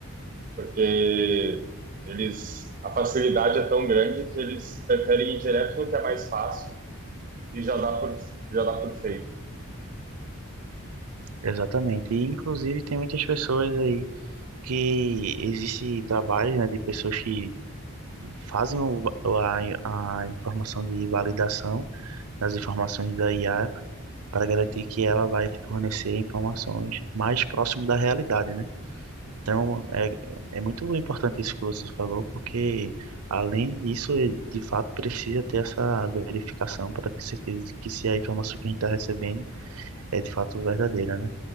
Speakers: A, on the right (about 35°); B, on the right (about 80°).
A: porque eles a facilidade é tão grande que eles preferem ir direto no que é mais fácil e já dá por, já dá por feito.
B: Exatamente. E, inclusive, tem muitas pessoas aí que existe trabalho, né, de pessoas que fazem o, a, a informação de validação das informações da IA para garantir que ela vai fornecer informações mais próximo da realidade, né? Então, é, é muito importante isso que você falou, porque além disso, ele, de fato, precisa ter essa verificação para ter certeza de que se a informação que a gente está recebendo é de fato verdadeira, né?